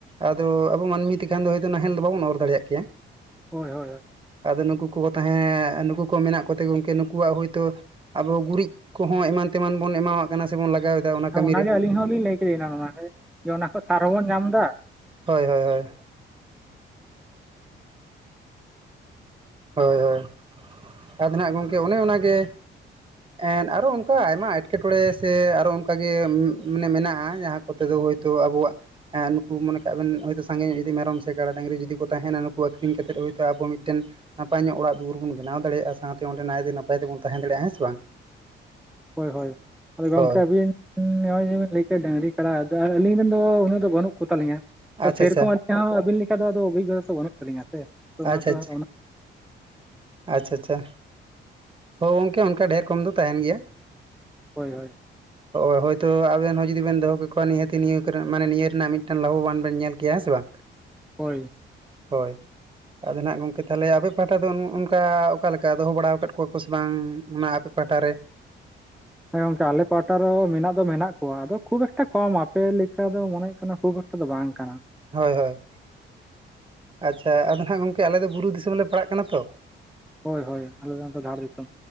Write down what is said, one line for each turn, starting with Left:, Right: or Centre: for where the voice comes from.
Right: ᱟᱫᱚ ᱟᱵᱚ ᱢᱟᱹᱱᱢᱤ ᱛᱮᱠᱷᱟᱱ ᱫᱚ ᱦᱳᱭᱛᱳ ᱱᱟᱦᱮᱞ ᱫᱚ ᱵᱟᱵᱚᱱ ᱚᱨ ᱫᱟᱲᱮᱭᱟᱜ ᱠᱮᱭᱟ᱾
Centre: <unintelligible>
Right: ᱟᱫᱚ ᱱᱩᱠᱩ ᱠᱚᱦᱚᱸ ᱛᱟᱦᱮᱸ ᱱᱩᱠᱩ ᱠᱚ ᱢᱮᱱᱟᱜ ᱠᱚᱛᱮ ᱠᱮ ᱱᱩᱠᱩᱣᱟᱜ ᱦᱩᱭᱛᱳ ᱟᱵᱚ ᱜᱩᱨᱤᱡ ᱠᱚᱦᱚᱸ ᱮᱢᱟᱱ ᱛᱮᱢᱟᱱ ᱵᱚᱱ ᱮᱢᱟᱣᱟᱜ ᱠᱟᱱᱟ ᱥᱮᱵᱚᱱ ᱞᱟᱜᱟᱣᱮᱫᱟ ᱚᱱᱟ ᱠᱟᱹᱢᱤ
Centre: ᱚᱱᱟᱜᱮ
Right: ᱨᱮ,
Centre: ᱟᱹᱞᱤᱧ ᱦᱚᱸ ᱞᱤᱧ ᱞᱟᱹᱭ ᱠᱤᱨᱤᱱᱟ ᱱᱚᱣᱟ ᱡᱮ ᱚᱱᱟ ᱠᱷᱚᱱ ᱥᱟᱨ ᱦᱚᱸᱵᱚᱱ ᱧᱟᱢ ᱫᱟ᱾
Right: ᱦᱳᱭ ᱦᱳᱭ ᱦᱳᱭ᱾ ᱦᱳᱭ ᱦᱳᱭ ᱟᱫᱚ ᱱᱟᱜ ᱜᱚᱝᱠᱮ ᱚᱱᱮ ᱚᱱᱟᱜᱮ ᱮᱸᱫ ᱟᱨᱚ ᱚᱱᱠᱟ ᱟᱭᱢᱟ ᱮᱴᱠᱮᱴᱚᱬᱮ ᱥᱮ ᱟᱨᱚ ᱚᱱᱠᱟᱜᱮ ᱢᱟᱱᱮ ᱢᱮᱱᱟᱜ-ᱟ ᱡᱟᱦᱟᱸ ᱠᱚᱛᱮ ᱫᱚ ᱦᱳᱭᱛᱳ ᱟᱵᱩᱣᱟᱜ ᱮᱸᱫ ᱱᱩᱠᱩ ᱢᱚᱱᱮ ᱠᱟᱜ ᱵᱮᱱ ᱦᱳᱭᱛᱳ ᱥᱟᱸᱜᱮ ᱧᱚᱜ ᱡᱩᱫᱤ ᱢᱮᱨᱚᱢ ᱥᱮ ᱠᱟᱰᱟ ᱰᱟᱹᱝᱨᱤ ᱡᱩᱫᱤ ᱠᱚ ᱛᱟᱦᱮᱱᱟ ᱱᱩᱠᱩ ᱟᱹᱠᱷᱨᱤᱧ ᱠᱟᱛᱮᱫ ᱦᱳᱭᱛᱳ ᱟᱵᱚ ᱢᱤᱫᱴᱮᱱ ᱱᱟᱯᱟᱭ ᱧᱚᱜ ᱚᱲᱟᱜ ᱫᱩᱣᱟᱹᱨ ᱵᱚᱱ ᱵᱮᱱᱟᱣ ᱫᱟᱲᱮᱭᱟᱜ-ᱟ ᱥᱟᱶᱛᱮ ᱚᱸᱰᱮ ᱱᱟᱜ ᱛᱮ ᱱᱟᱯᱟᱭ ᱛᱮᱵᱚᱱ ᱛᱟᱦᱮᱸ ᱫᱟᱲᱮᱭᱟᱜ-ᱟ ᱦᱮᱸ ᱵᱟᱝ᱾
Centre: ᱦᱳᱭ ᱦᱳᱭ ᱟᱫᱚ ᱜᱚᱝᱠᱮ
Right: ᱦᱳᱭ
Centre: ᱟᱹᱵᱤᱱ ᱩᱸ ᱱᱚᱜ-ᱚᱭ ᱡᱮᱵᱮᱱ ᱞᱟᱹᱭ ᱠᱮᱫ ᱰᱟᱹᱝᱨᱤ ᱠᱟᱰᱟ ᱟᱫᱚ ᱟᱹᱞᱤᱧ ᱨᱮᱱ ᱫᱚ ᱩᱱᱟᱹᱜ ᱫᱚ ᱵᱟᱹᱱᱩᱜ ᱠᱚ ᱛᱟᱞᱤᱧᱟ
Right: ᱟᱪᱪᱷᱟ
Centre: ᱥᱮ
Right: ᱟᱪᱪᱷᱟ
Centre: ᱨᱚᱠᱚᱢ ᱪᱮ ᱟᱹᱵᱤᱱ ᱞᱮᱠᱟ ᱫᱚ ᱟᱫᱚ ᱚᱵᱷᱤᱜᱚᱛᱟ ᱫᱚ ᱵᱟᱹᱱᱩᱜ ᱛᱟᱹᱞᱤᱧᱟ ᱥᱮ ᱛᱚ ᱚᱱᱟ
Right: ᱟᱪᱪᱷᱟ
Centre: ᱛᱚ
Right: ᱟᱪᱪᱷᱟ
Centre: ᱚᱱᱟ
Right: ᱟᱪᱪᱷᱟ ᱟᱪᱪᱷᱟ ᱦᱳᱭ ᱜᱚᱝᱠᱮ ᱚᱱᱠᱟ ᱰᱷᱮᱨ ᱠᱚᱢ ᱫᱚ ᱛᱟᱦᱮᱱ ᱜᱮᱭᱟ᱾
Centre: ᱦᱳᱭ ᱦᱳᱭ
Right: ᱚ ᱦᱳᱭᱛᱳ ᱟᱵᱮᱱ ᱦᱚᱸ ᱡᱩᱫᱤ ᱵᱮᱱ ᱫᱚᱦᱚ ᱠᱮᱠᱚᱣᱟ ᱱᱤᱦᱟᱹᱛᱤ ᱱᱤᱭᱟᱹ ᱠᱚᱨᱮ ᱢᱟᱱᱮ ᱱᱤᱭᱟᱹ ᱨᱮᱱᱟᱜ ᱢᱤᱫᱴᱟᱝ ᱞᱟᱵᱷᱚᱵᱟᱱ ᱵᱮᱱ ᱧᱮᱞ ᱠᱮᱭᱟ ᱦᱮᱸ ᱥᱮ ᱵᱟᱝ᱾ <unintelligible>
Centre: ᱦᱳᱭ᱾
Right: ᱦᱳᱭ ᱟᱫᱚ ᱱᱟᱦᱟᱜ ᱜᱚᱝᱠᱮ ᱛᱟᱦᱚᱞᱮ ᱟᱯᱮ ᱯᱟᱦᱟᱴᱟ ᱫᱚ ᱱᱚ ᱚᱱ ᱚᱱᱠᱟ ᱚᱠᱟ ᱞᱮᱠᱟ ᱫᱚᱦᱚ ᱵᱟᱲᱟᱣ ᱠᱟᱫ ᱠᱚᱣᱟ ᱠᱚ ᱥᱮ ᱵᱟᱝ ᱚᱱᱟ ᱟᱯᱮ ᱯᱟᱦᱟᱴᱟ ᱨᱮ?
Centre: ᱦᱮᱸ ᱜᱚᱝᱠᱮ ᱟᱞᱮ ᱯᱟᱦᱟᱴᱟ ᱫᱚ ᱢᱮᱱᱟᱜ ᱫᱚ ᱢᱮᱱᱟᱜ ᱠᱚᱣᱟ ᱟᱫᱚ ᱠᱷᱩᱵ ᱮᱠᱴᱟ ᱠᱚᱢ ᱟᱯᱮ ᱞᱮᱠᱟ ᱫᱚ ᱢᱚᱱᱮ ᱦᱩᱭᱩᱜ ᱠᱟᱱᱟ ᱠᱷᱩᱵ <unintelligible> ᱫᱚ ᱵᱟᱝ ᱠᱟᱱᱟ
Right: ᱦᱳᱭ ᱦᱳᱭ᱾ ᱟᱪᱪᱷᱟ ᱟᱫᱚ ᱦᱟᱸᱜ ᱜᱚᱝᱠᱮ ᱟᱞᱮ ᱫᱚ ᱵᱩᱨᱩ ᱫᱤᱥᱚᱢ ᱞᱮ ᱯᱟᱲᱟᱜ ᱠᱟᱱᱟ ᱛᱚ᱾
Centre: ᱦᱳᱭ ᱦᱳᱭ ᱟᱞᱮ ᱫᱚ ᱱᱚᱛᱮ ᱫᱷᱟᱲ ᱫᱤᱥᱚᱢ᱾